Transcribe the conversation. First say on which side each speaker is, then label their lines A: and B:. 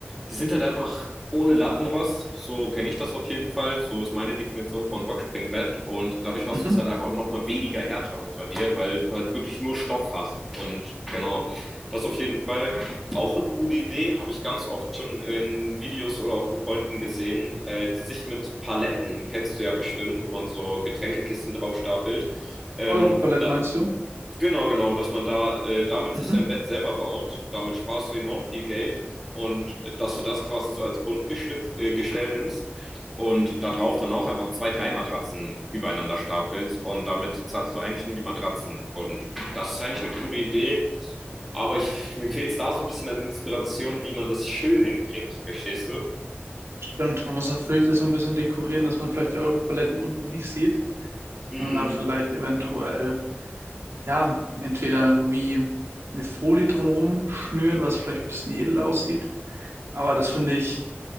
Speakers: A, in the centre; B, on the right.
A: die sind halt einfach ohne Lattenrost, so kenne ich das auf jeden Fall, so ist meine Definition von Boxspringbett und dadurch hast
B: Mhm.
A: du es halt einfach nochmal weniger härter unter dir, weil du halt wirklich nur Stoff hast und genau, das auf jeden Fall. Auch eine coole Idee, habe ich ganz oft schon in Videos oder auch von Freunden gesehen, äh, die sich mit Paletten, kennst du ja bestimmt, wo man so Getränkekisten drauf stapelt, ähm,
B: Europaletten
A: da
B: meinst du?
A: Genau, genau, dass man da äh, damit
B: Mhm.
A: sich sein Bett selber baut, damit sparst du enorm viel Geld und äh, dass du das quasi so als Grundgestell äh, Gestell nimmst und da drauf dann auch einfach zwei, drei Matratzen übereinander stapelst und damit zahlst du eigentlich nur die Matratzen und das ist eigentlich eine coole Idee, aber ich, mir fehlt es da so ein bisschen an Inspiration, wie man das schön hinkriegt, verstehst du?
B: Stimmt, man muss natürlich das so ein bisschen dekorieren, dass man vielleicht die Europaletten unten nicht sieht,
A: Mhm.
B: sondern da vielleicht eventuell, ja, entweder wie eine Folie drumherum schnürt, was vielleicht ein bisschen edel aussieht. Aber das finde ich.